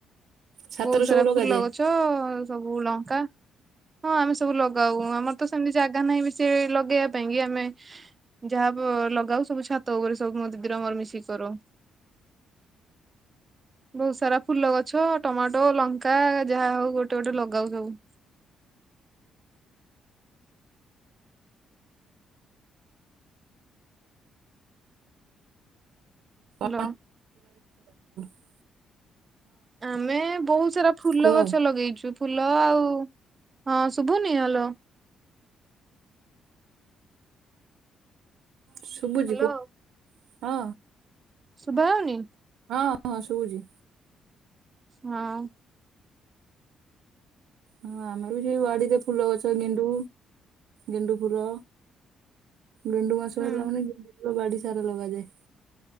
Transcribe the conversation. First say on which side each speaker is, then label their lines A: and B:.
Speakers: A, on the right; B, on the right.
A: ଛାତରେ
B: ବହୁତ ସାରା
A: ସବୁ ଲଗାଯାଏ
B: ଫୁଲ ଗଛ, ସବୁ ଲଙ୍କା ହଁ ଆମେ ସବୁ ଲଗାଉ, ଆମର ତ ସେମିତି ଜାଗା ନାହିଁ ବି ସେ ଲଗେଇବା ପାଇଁ କି ଆମେ ଯାହାବ ଲଗ୍ ଗାଉ ସବୁ ଛାତ ଉପରେ ସବୁ ମ ଦିଦିର ମୋର ମିଶିକି କରୁ। ବହୁତ ସାରା ଫୁଲ ଗଛ, ଟମାଟୋ, ଲଙ୍କା, ଯାହା ହଉ ଗୋଟେ ଗୋଟେ ଲଗାଉ ସବୁ।
A: କ
B: ହ୍ୟାଲୋ
A: <unintelligible>
B: ଆମେ ବହୁତ ସାରା ଫୁଲ
A: କୁହ
B: ଗଛ ଲଗେଇଛୁ। ଫୁଲ ଆଉ, ହଁ ଶୁଭୁନି ହାଲୋ।
A: ଶୁଭୁଛି
B: ହ୍ୟାଲୋ
A: କୁହ ହଁ।
B: ଶୁଭା ଯାଉନି।
A: ହଁ ହଁ ଶୁଭୁଛି।
B: ହଁ।
A: ହଁ ଆମେ ବି ସେ ବାଡିରେ ଫୁଲ ଗଛ ଗେଣ୍ଡୁ ଗେଣ୍ଡୁ ଫୁୁଲ। ଗେଣ୍ଡୁ ମାସ
B: ହୁଁ।
A: ହେଲା ମାନେ, ବାଡ଼ି ସାରା ଲଗାଯାଏ।